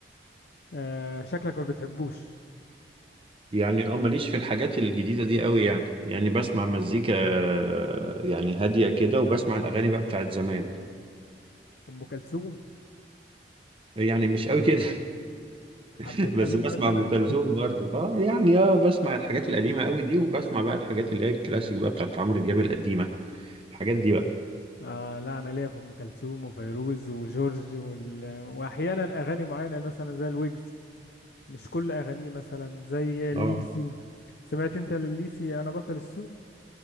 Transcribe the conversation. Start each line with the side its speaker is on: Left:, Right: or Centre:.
Left: آه شكلك ما بتحبوش
Right: يعني اه ماليش في الحاجات الجديدة دي قوي يعني يعني بسمع مزيكا آه، يعني هادية كده وبسمع الأغاني بقى بتاعت زمان
Left: ام كلثوم
Right: يعني مش قوي كده <laughs>
Left: عبد الحليم
Right: بس بسمع
Left: مثلا
Right: أم كلثوم برضو اه يعني اه بسمع الحاجات القديمة قوي دي وبسمع بقى الحاجات اللي هي الكلاسيك بقى بتاعت عمرو دياب القديمة الحاجات دي بقى
Left: آه لا انا ليا في ام كلثوم وفيروز وجورج وال... واحيانا اغاني معينه مثلا زي الويجز مش كل اغانيه مثلا زي الليسي
Right: اه
Left: سمعت انت لليسي انا بطل السوق